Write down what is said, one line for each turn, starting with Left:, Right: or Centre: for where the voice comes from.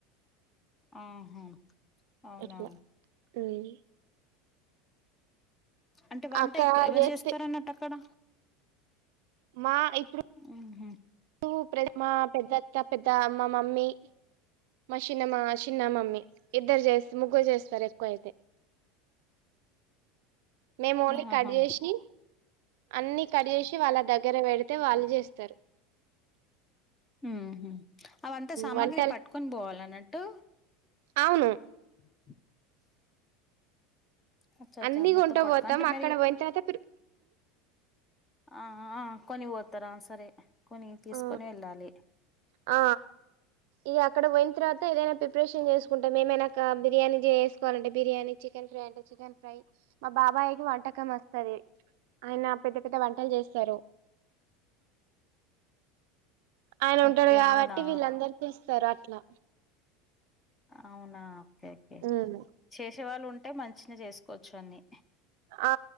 Left: ఆహా అవునా!
Right: అట్లా ఉమ్
Left: అంటే వంట
Right: అక్క
Left: ఎక్కువ ఎవరు
Right: చేస్తే
Left: చేస్తార అన్నట్టు అక్కడ
Right: మా ఇప్పుడు
Left: ఆహ
Right: ఓ పెద్దమా పెద్దత్త పెద్ద మా మమ్మీ మా చిన్నమా చిన్న మమ్మీ ఇద్దరు చేస్త ముగ్గు చేస్తారు ఎక్కువ అయితే మేము ఓన్లీ
Left: ఆహా!
Right: కట్ చేసి అన్ని కట్ చేసి వాళ్ళ దగ్గర పెడితే వాళ్ళు చేస్తారు
Left: ఉ హు అవంతా సామాగ్రి
Right: వంటలు
Left: పట్టుకొని పోవాల అన్నట్టు
Right: అవును
Left: <inaudible> అచ్చా అచ్చా
Right: అన్ని
Left: మొత్తం
Right: కొంట
Left: పట్టుకో
Right: పోతాం
Left: మరి
Right: అక్కడ పోయిన తర్వాత ప్రి
Left: ఆ కొని పోతారా సరే కొని తీసుకొని
Right: ఆ
Left: వెళ్ళాలి
Right: ఆ ఇక అక్కడ పోయిన తర్వాత ఏదైనా ప్రిపరేషన్ చేసుకుంటే మేమైనా బిర్యానీ చేసుకోవాలంటే బిర్యానీ చికెన్ ఫ్రై చికెన్ మా బాబాయకి వంటకం వస్తది ఆయన పెద్ద పెద్ద వంటలు చేస్తారు ఆయన ఉంటాడు
Left: ఓకే.
Right: కాబట్టి
Left: అవునా!
Right: వీళ్ళందరు చేస్తారు అట్లా
Left: అవునా ఓకే ఓకే
Right: ఉమ్
Left: చే శివాళు ఉంటే మంచిగానే చేసుకోవచ్చు అన్ని
Right: ఆ